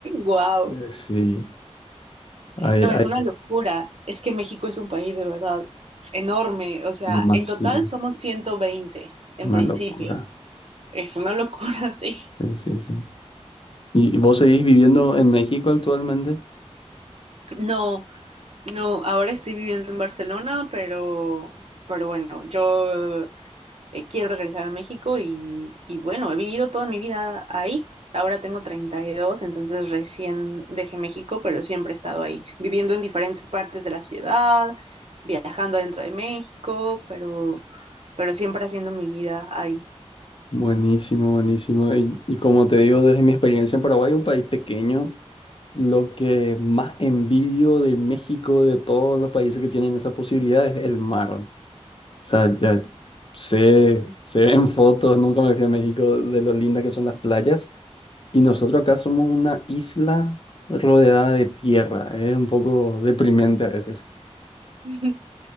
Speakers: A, on the right (about 65°); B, on the left (about 50°).
A: ¡Guau!
B: eh, sí, hay,
A: No,
B: hay
A: es una locura. Es que México es un país de verdad enorme. O sea,
B: masivo,
A: en total somos 120 en
B: una
A: principio.
B: locura.
A: Es una locura, <laughs> sí.
B: Sí, sí, sí. ¿Y vos seguís viviendo en México actualmente?
A: No, no, ahora estoy viviendo en Barcelona, pero, pero bueno, yo eh, quiero regresar a México y, y bueno, he vivido toda mi vida ahí. Ahora tengo 32 entonces recién dejé México, pero siempre he estado ahí, viviendo en diferentes partes de la ciudad, viajando adentro de México, pero, pero siempre haciendo mi vida ahí.
B: Buenísimo, buenísimo. Y, y como te digo, desde mi experiencia en Paraguay, un país pequeño. Lo que más envidio de México, de todos los países que tienen esa posibilidad, es el mar. O sea, ya sé, se ven <laughs> fotos, nunca me fui a México, de lo lindas que son las playas. Y nosotros acá somos una isla rodeada de tierra. Es un poco deprimente a veces.
A: <laughs>